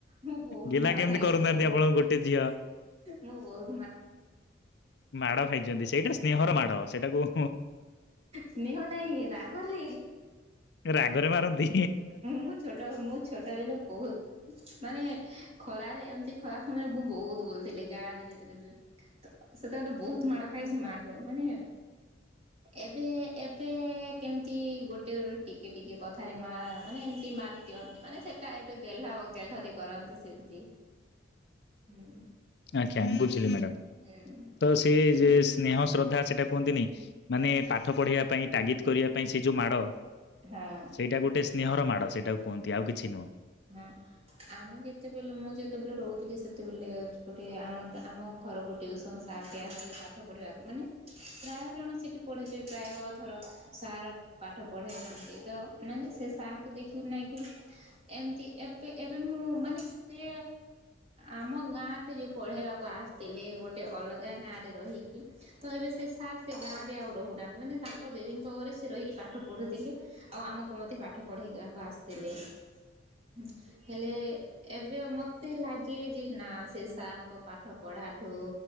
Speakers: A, on the right; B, on the left.
A: ମୁଁ ବହୁତ
B: ଗେହ୍ଲା
A: ମାଡ
B: କେମିତି
A: ଖାଇଛି
B: କରୁନାହାନ୍ତି
A: ମୁଁ
B: ଆପଣ ଗୋଟେ ଝିଅ
A: ମୁଁ ବହୁ ।
B: ମାଡ ଖାଇଛନ୍ତି ସେଇଟା ସ୍ନେହର ମାଡ ସେଇଟାକୁ
A: ସ୍ନେହ ନାଇଁ ରାଗରେ
B: ରାଗରେ ମାରନ୍ତି
A: ମୁଁ ଛୋଟ ମୁଁ ଛୋଟ ବଳେ ବହୁତ ମାନେ ଖରାରେ ଏମତି ଖରାପ ସମୟରେ ମୁଁ ବହୁତ ବୋଲଥିଲି ଗାଁ ରେ ଯେତେଲେ ଥି ତ ସେତେବେଳେ ବହୁତ ମାଡ଼ କାଇସୁମାନ ତ ମାନେ ଏବେ ଏବ୍ ପେ କେମତି ଗୋ ପ୍ୟୁରିଟି କେ ଟିକେ କଥାରେ ମା ମାନେ ଏମିତି ମାରି ଦିଅନ୍ ମାନେ ସେଟା ଏବେ ଗେଲ୍ହାଅ ଗେଲ୍ହରେ କରନ୍ତି ସ୍ ସେ ଧୀରେ ହୁଁ।
B: ଆଚ୍ଛା ବୁଝିଲି ମ୍ୟାଡାମ
A: ହୁଁ
B: ତ ସେଇ ଯେ ସ୍ନେହ ଶ୍ରଦ୍ଧା ସେଟା କୁହନ୍ତିନେଇ ମାନେ ପାଠ ପଢେଇବା ପାଇଁ ତାଗିଦ କରିବା ପାଇଁ ସେ ଯୋଉ ମାଡ଼
A: ହଁ।
B: ସେଇଟା ଗୋଟେ ସ୍ନେହର ମାଡ଼ ସେଇଟାକୁ କୁହନ୍ତି ଆଉ କିଛି ନୁହଁ।
A: ହଁ ଆମେ ଯେତେବେଲୁ ମୁଁ ଯେତୋବେଳେ ରହୁଥିଲି ସେତୋବେଲେ ଗୋଟେ ଆମରଟା ଆମ ଘରକୁ ଟ୍ୟୁସନ୍ ସାରଟେ ଆସିିଥିଲେ ପାଠ ପଢେଇବାକୁ ମାନେ ପ୍ରାୟ ଜଣ ସେଠି ପଢିଚେ ପ୍ରାୟ ଥର ସାର୍ ପାଠ ପଢ଼େଇଥାଆନ୍ତି। ତ ମାନେ ସେ ସାରଙ୍କୁ ଦେଖିକି ନାଇଁ କି ଏମତି ଏବେ ଏବେ ମୁଁ ମାନେ ସେ ଆମ ଗାଁକେ ଯୋଉ ପଢ଼େଇବାକୁ ଆସଥିଲେ ଗୋଟେ ଅଲଗା ଗାଁରେ ରହିକି। ତ ଏବେ ସେ ସାର୍ ସେ ଗାଁରେ ଆଉ ରହୁନାହାନ୍ତି ମାନେ ତାଙ୍କ ଦିଦିଙ୍କ ଘରେ ସେ ରହିକି ପାଠ ପଢ଼ୁଥିଲେ ଆଉ ଆମୁକୁ ମଧ୍ୟ ପାଠ ପଢ଼େଇଆକୁ ଆସଥିଲେ। ଉଁ ହେଲେ ଏବେ ମତେ ଲାଗେ ଯେ ନାଁ ସେ ସାରଙ୍କ ପାଠ ପଢାଠୁ